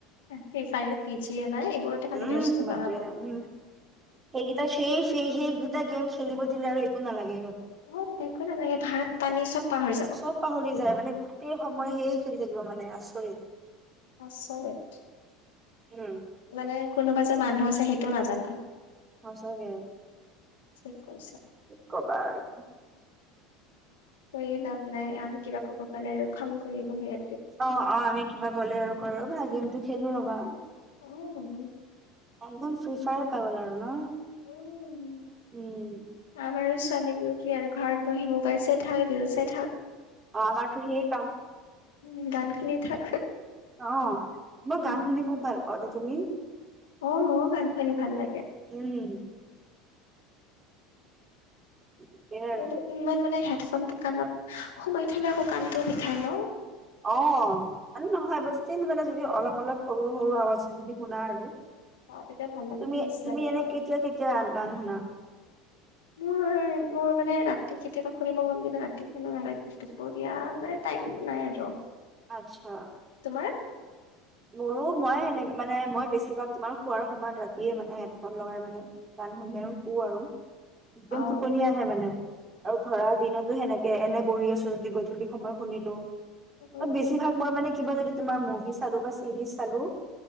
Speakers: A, on the left (about 65°); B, on the right (about 25°).
A: ফিফাহত পি জি নাই। এইবোৰতে খালি
B: উম
A: ব্যস্ত
B: মাপ
A: ল'ৰাবোৰ
B: উম হেগ সেই সেই ফিৰহে দুটা গেম খেলিব দিলে আৰু একো নালাগে।
A: মোৰ একো নালাগে ভাত পানী চব পাহৰি যাব
B: চব পাহৰি যায় মানে গোটেই সময় সেই শুই থাকিব মানে আচৰিত।
A: আচৰিত
B: উম,
A: মানে কোনোবা যে মানুহ আছে। সেইটো নাজানা
B: সচাগে
A: ঠিক কৈছা
B: কি কবাৰ।
A: কৰিয়ে লাভ নাই আৰু কিবা ক'ব পালে আৰু খং কৰিবহি।
B: অ, অ, আমি কিবা গ'লে আৰু কৰৰ ভাগিনটো গেমটো খেলো ৰবা।
A: উম উ
B: একদম ফ্ৰী ফায়াৰ পাাগল আৰু নহ
A: উম।
B: উম।
A: আমাৰ কি আৰু ঘৰত বহি মোবাইল চাই থাক ৰীল চাই থাক।
B: অ আমাৰতো হেই কাম।
A: উম গান শুনি থাক
B: অ মই
A: উম
B: গান শুনি খুব ভাল পাওঁ দে তুমি।
A: অ ময়ো গান শনি ভাল লাগে।
B: উম তাকেই আৰু
A: কিন্তু ইমান মানে হেডফোনটো কাণত সোমাই থলে আকৌ কাণটো বিষাই ন।
B: অ মানে নহয় ব মানে যদি অলপ অলপ সৰু সৰু আৱাজ যদি শুনা আৰু।
A: অ তেতিয়া ভাল লাগে
B: তুমি
A: পিচ
B: তুমি
A: লাগে
B: এনে
A: তাত।
B: কেতিয়া কেতিয়া গান শুনা।
A: উম। মোৰ মানে ৰাতি কেতিয়াবা শুনিব মন। কিন্তু ৰাতি কোনো নালাগে দুপৰীয়া মানে টাইম নাই আৰু।
B: আচ্ছা
A: হা
B: মোৰো মই সেনে মানে মই বেছিভাগ তোমাৰ খোৱাৰ সময়ত ৰাতিয়ে মানে হেডফোন লগাই মানে। গান শুনি শু আৰু একদম
A: অ
B: টোপনি আহে মানে আৰু ধৰা দিনতো সেনেকে। এনে বহি আছো যদি গধূলি সময় শুনিলো
A: উম।
B: ত বেছিভাগ মই মানে কিবা য তোমাৰ মুভি। চালো বা চিৰিজ চালো